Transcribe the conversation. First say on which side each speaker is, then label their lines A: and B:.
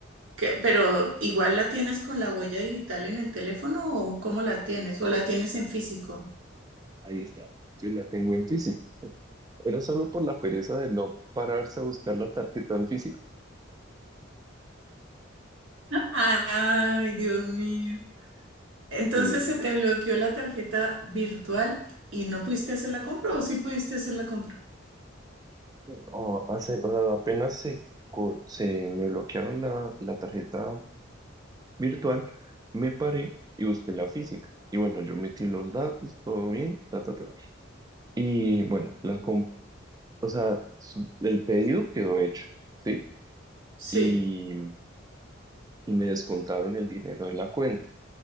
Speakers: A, on the right; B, on the right.
A: que- pero igual la tienes con la huella digital en el teléfono o cómo la tienes o la tienes en físico.
B: ahí está. Yo la tengo en físico. Era solo por la pereza de no pararse a buscar la tarjeta en físico.
A: Ay, Dios mío. Entonces
B: Sí.
A: se te bloqueó la tarjeta virtual y no pudiste hacer la compra o sí pudiste hacer la compra.
B: O hace, o sea, apenas se, cor- se me bloquearon la, la tarjeta virtual, me paré y busqué la física. Y bueno, yo metí los datos, todo bien, ta, ta, ta. Y bueno, la, compré O sea, su- el pedido quedó hecho, ¿sí?
A: Sí.
B: Y, y me descontaron el dinero de la cuenta,